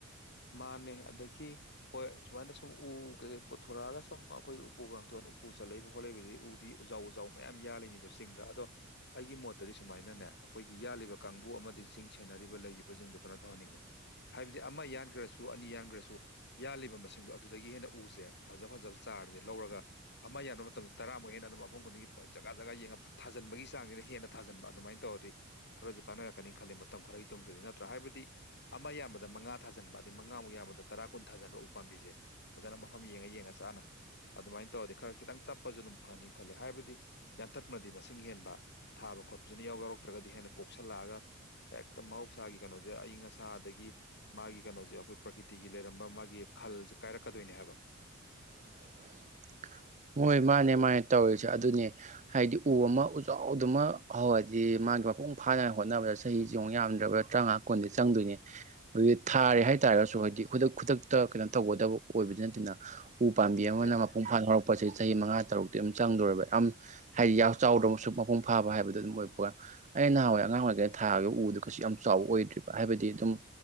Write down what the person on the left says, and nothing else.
ꯃꯥꯥꯟꯅꯦꯍꯦ ꯑꯗꯒꯤ ꯍꯣꯏ ꯁꯨꯃꯥꯏꯅ ꯁꯨꯝ ꯎ ꯀꯩꯀꯩ ꯄꯨꯊꯣꯔꯛꯑꯒ ꯁꯨꯝ ꯑꯩꯈꯣꯏ ꯎꯄꯨ ꯀꯥꯡꯊꯣꯟ ꯎꯄꯨ ꯆꯠꯂꯛꯢꯕ ꯈꯣꯠꯂꯛꯏꯕꯁꯤꯗꯤ ꯎꯗꯤ ꯎꯖꯥꯎ ꯎꯖꯥꯎ ꯃꯌꯥꯝ ꯌꯥꯜꯂꯤꯅꯤꯗꯣ ꯆꯤꯡꯗ ꯑꯗꯣ ꯑꯩꯒꯤ ꯃꯣꯠꯇꯗꯤ ꯁꯨꯃꯥꯏꯅꯅꯦ ꯅꯦ ꯑꯩꯈꯣꯏꯒꯤ ꯌꯥꯟꯂꯤꯕ ꯀꯥꯡꯕꯨ ꯑꯃꯗꯤ ꯆꯤꯡ ꯁꯦꯟꯅꯔꯤꯕ ꯂꯩꯔꯤꯕꯁꯤꯡꯗꯣ ꯀꯩꯅꯣ ꯇꯧꯍꯟꯅꯤꯡꯉꯦ ꯍꯥꯏꯕꯗꯤ ꯑꯃ ꯌꯥꯟ ꯒ꯭ꯔꯁꯨ ꯑꯅꯤ ꯌꯥꯟꯈ꯭ꯔꯁꯨ ꯌꯥꯜꯂꯤꯕ ꯃꯁꯤꯡꯗꯣ ꯑꯗꯨꯗꯒꯤ ꯍꯦꯟꯅ ꯎꯁꯦ ꯐꯖ ꯐꯖꯕ ꯆꯥꯔꯖꯦ ꯂꯧꯔꯒ ꯑꯃ ꯌꯥꯟꯕ ꯃꯇꯝꯗ ꯇꯔꯥꯃꯨꯛ ꯍꯦꯟꯅ ꯑꯗꯨꯝ ꯃꯐꯝ ꯈꯨꯗꯤꯡꯒꯤ ꯐ ꯖꯒꯥ ꯖꯒꯥ ꯌꯦꯡꯉꯥ ꯐꯠ ꯊꯥꯖꯟꯕꯒꯤ ꯆꯥꯡꯁꯤꯅ ꯍꯟꯅ ꯊꯖꯟꯕ ꯑꯗꯨꯃꯥꯏꯅ ꯇꯧ ꯔꯗꯤ ꯈꯔꯖꯨ ꯀꯥꯟꯅꯔꯛꯀꯅꯤ ꯈꯜꯂꯤ ꯃꯇꯝ ꯈꯔꯒꯤ ꯇꯨꯡꯗꯗꯤ ꯅꯠꯇ꯭ꯔꯥ ꯍꯥꯏꯕꯗꯤ ꯑꯃ ꯌꯥꯟꯕꯗ ꯃꯉꯥ ꯊꯥꯖꯤꯟꯕ ꯗꯤ ꯃꯉꯥꯃꯨꯛ ꯌꯥꯝꯕꯗ ꯇꯔꯥ ꯀꯨꯟ ꯊꯥꯖꯟꯕ ꯎꯄꯥꯥꯝꯕꯤꯁꯦ ꯐꯖꯅ ꯃꯐꯝ ꯌꯦꯡꯉ ꯌꯦꯡꯉ ꯆꯥꯅ ꯑꯗꯨꯃꯥꯏꯅ ꯇꯧꯔꯗꯤ ꯈꯔ ꯈꯤꯇꯪ ꯇꯞꯄꯁꯨ ꯑꯗꯨꯝ ꯐꯅꯤ ꯈꯜꯂꯦ ꯍꯥꯏꯕꯗꯤ ꯌꯥꯟꯊꯠꯄꯗꯤ ꯃꯁꯤꯡ ꯍꯦꯟꯕ ꯊꯥ ꯕ ꯈꯣꯠꯄꯁꯤꯅ ꯌꯥꯎ ꯌꯥꯎꯔꯛꯇ꯭ꯔꯒꯗꯤ ꯍꯦꯟꯅ ꯀꯣꯛꯁꯜꯂꯛꯑꯒ ꯍꯦꯛꯇ ꯃꯍꯧꯁꯥꯒꯤ ꯀꯩꯅꯣꯁꯦ ꯑꯏꯤꯡ ꯑꯁꯥꯗꯒꯤ ꯃꯥꯒꯤ ꯀꯩꯅꯣꯁꯦ ꯑꯩꯈꯣꯏ ꯄ꯭ꯔꯀꯤꯇꯤꯒꯤ ꯂꯩꯔꯝꯕ ꯃꯥꯒꯤ ꯈꯜꯁꯦ ꯀꯥꯏꯔꯛꯀꯗꯣꯏꯅꯦ ꯍꯥꯏꯕ
ꯎꯝ
ꯅꯠꯇꯦ
ꯅꯠꯇꯦ